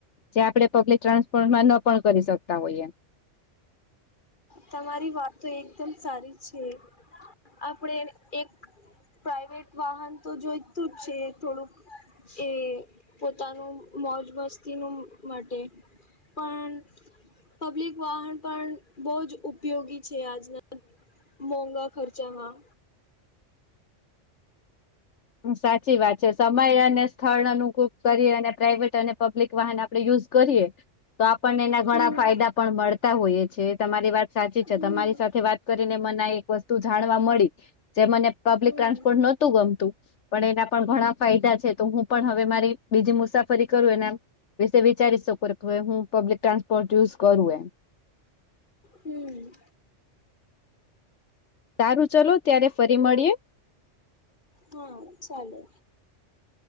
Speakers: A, on the left; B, on the left.
A: જે આપણે પબ્લિક ટ્રાન્સપોર્ટમાં ન પણ કરી શકતા હોઈએ.
B: તમારી વાત તો એકદમ સારી છે આપણે એક પ્રાઇવેટ વાહન તો જોઈતું જ છે થોડુંક એ પોતાનું મોજ મસ્તીનું માટે. પણ પબ્લિક વાહન પણ બહું જ ઉપયોગી છે. આજના મોંઘા ખર્ચામાં
A: સાચી વાત છે સમય અને સ્થળ અનુકૂપ કરી અને પ્રાઇવેટ અને પબ્લિક વાહન આપડે યુઝ કરીએ તો આપણને એના
B: હમ
A: ઘણા ફાયદા પણ મળતા હોઈએ છે. તમારી વાત સાચી છે
B: હમ
A: તમારી સાથે વાત કરીને મને એક વસ્તુ જાણવા મળી જે મને પબ્લિક
B: હમ
A: ટ્રાન્સપોર્ટ નહોતું ગમતું પણ એના પણ ઘણા ફાયદા છે તો હું પણ હવે મારી બીજી મુસાફરી કરું એના વિશે વિચારી શકો કે હવે હું પબ્લિક ટ્રાન્સપોર્ટ યુઝ કરું એમ.
B: હમ.
A: સારું ચલો ત્યારે ફરી મળીએે.
B: હા ચાલો